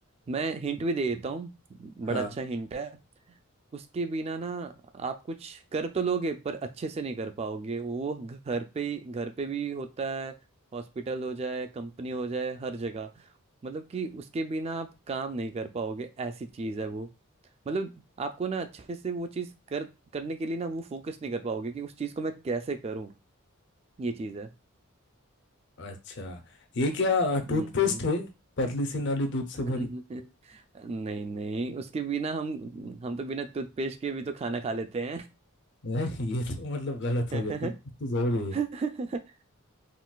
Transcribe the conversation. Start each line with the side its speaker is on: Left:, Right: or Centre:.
Right: मैं हिंट भी दे देता हूँ
Left: हाँ
Right: बड़ा अच्छा हिंट है उसके बिना ना आप कुछ कर तो लोगे पर अच्छे से नहीं कर पाओगे वो घर पे ही घर पे भी होता है हॉस्पिटल हो जाए कंपनी हो जाए हर जगह मतलब कि उसके बिना आप काम नहीं कर पाओगे ऐसी चीज है वो मतलब आपको ना अच्छे से वो चीज कर करने के लिए ना वो फोकस नहीं कर पाओगे कि उस चीज को मैं कैसे करूं ये चीज है
Left: अच्छा ये क्या टूथपेस्ट
Right: हम्म
Left: है पतली सी नाली दूध से
Right: <laughs> नहीं
Left: भरी
Right: नहीं उसके बिना हम हम तो बिना टूथपेस्ट के भी तो खाना खा लेते
Left: है, ये तो मतलब गलत
Right: हैं
Left: हो गया टूथपेस्ट
Right: <laughs>
Left: तो जरूरी है
Right: <laughs> हाँ,